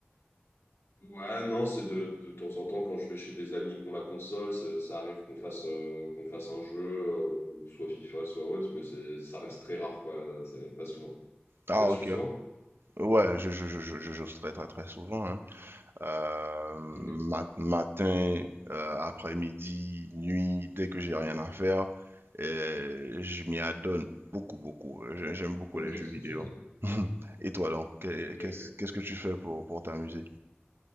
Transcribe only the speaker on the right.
Ah,
ok.
Ouais, je je je je je j'ose très très très souvent, hein. Euh, ma-
matin, euh, après-midi, nuit, dès que j'ai rien à faire, euh, je m'y adonne beaucoup beaucoup. J'ai- J'aime beaucoup
les jeux
vidéo. <laughs> Et toi donc, qu'est-
qu'est-ce
qu'est-ce que tu fais pour pour t'amuser?